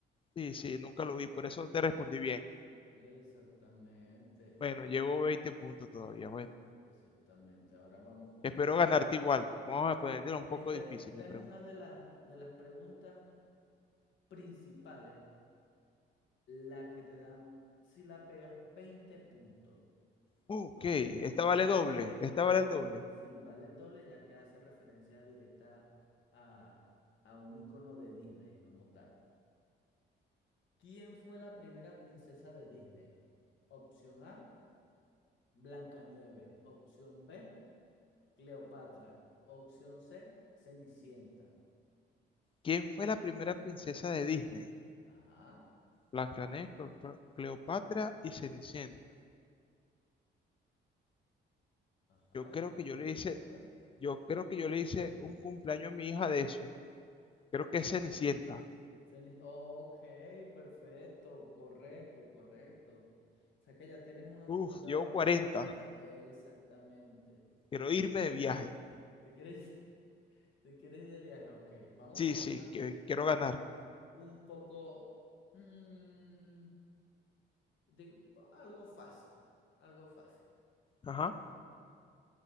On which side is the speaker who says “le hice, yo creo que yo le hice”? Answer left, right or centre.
Left